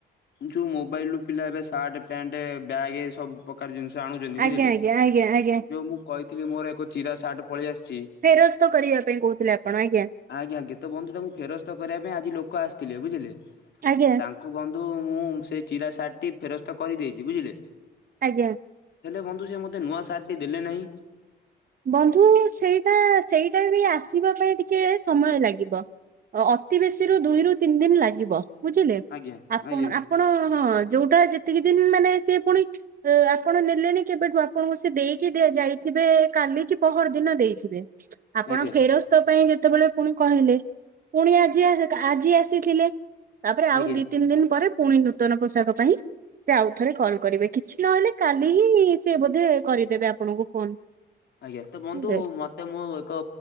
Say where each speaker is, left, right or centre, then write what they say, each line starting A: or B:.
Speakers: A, on the left; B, on the right.
A: ଯୋଉ ମୋବାଇଲ ରୁ ପିଲା ଏବେ ସାର୍ଟ, ପ୍ୟାଣ୍ଟ, ବ୍ୟାଗ୍ ଏ ସବୁ ପ୍ରକାର ଜିନିଷ ଆଣୁଛନ୍ତି
B: ଆଜ୍ଞା
A: ବୁଝିଲେ
B: ଆଜ୍ଞା ଆଜ୍ଞା ଆଜ୍ଞା
A: ଯୋଉ ମୁଁ କହିଥିଲି ମୋର ଏକ ଚିରା ସାର୍ଟ ପଳେଇ ଆସିଛି।
B: ଫେରସ୍ତ କରିବା ପାଇଁ କହୁଥିଲେ ଆପଣ ଆଜ୍ଞା।
A: ଆଜ୍ଞା ଆଜ୍ଞା ତ ବନ୍ଧୁ ତାଙ୍କୁ ଫେରସ୍ତ କରିବା ପାଇଁ ଆଜି ଲୋକ ଆସିଥିଲେ ବୁଝିଲେ
B: ଆଜ୍ଞା
A: ତାଙ୍କୁ ବନ୍ଧୁ କିନ୍ତୁ ମୁଁ ସେଇ ଚିରା ସାର୍ଟ ଟି ଫେରସ୍ତ କରିଦେଇଛି ବୁଝିଲେ।
B: ଆଜ୍ଞା।
A: ହେଲେ ବନ୍ଧୁ ସେ ମୋତେ ନୂଆ ସାର୍ଟ ଟି ଦେଲେ ନାହିଁ।
B: ବନ୍ଧୁ ସେଇଟା ସେଇଟା ବି ଆସିବା ପାଇଁ ଟିକେ ସମୟ ଲାଗିବ। ଅତି ବେଶୀ ରୁ ଦୁଇ ରୁ ତିନି ଦିନ ଲାଗିବ। ବୁଝିଲେ
A: ଆଜ୍ଞା
B: ଆପଣ
A: ଆଜ୍ଞା
B: ଆପଣ ହଁ ଯୋଉଟା ଯେ ଏତିକି ଦିନ ମାନେ ସେ ପୁଣି ଆପଣ ନେଲେଣି କେବେଠୁ ଆପଣଙ୍କୁ ସେ ଦେଇକି ଯାଇଥିବେ କାଲି କି ପହର ଦିନ ଦେଇଥିବେ ଆପଣ
A: ଆଜ୍ଞା
B: ଫେରସ୍ତ ତ ପାଇଁ ଯେତେବେଳେ ପୁଣି କହିଲେ ପୁଣି ଆଜି ଆଜି ଆସିଥିଲେ। ତାପରେ ଆଉ
A: ଆଜ୍ଞା
B: ଦି ତିନି ଦିନ ପରେ ପୁଣି ନୂତନ ପୋଷାକ ପାଇଁ ସେ ଆଉ ଥରେ କଲ୍ କରିବେ କିଛି ନହେଲେ କାଲି ହିଁ ସେ ବୋଧେ କରିଦେବେ ଆପଣଙ୍କୁ ଫୋନ।
A: ଆଜ୍ଞା ତ ବନ୍ଧୁ
B: ରେ
A: ମତେ ମୋ ଏକ